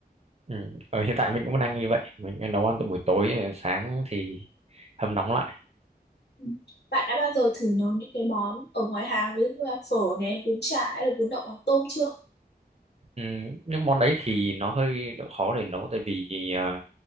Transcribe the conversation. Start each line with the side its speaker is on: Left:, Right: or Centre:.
Right: Ừm, ở hiện tại mình cũng đang như vậy mình nấu ăn từ buổi tối ờ, sáng thì hâm nóng lại
Left: Ừ. Bạn đã bao giờ thử nấu những cái món ở ngoài hàng ví dụ như là phở này, bún chả hay là bún đậu mắm tôm chưa?
Right: Ừ, nhưng món đấy thì nó hơi khó để nấu tại vì à,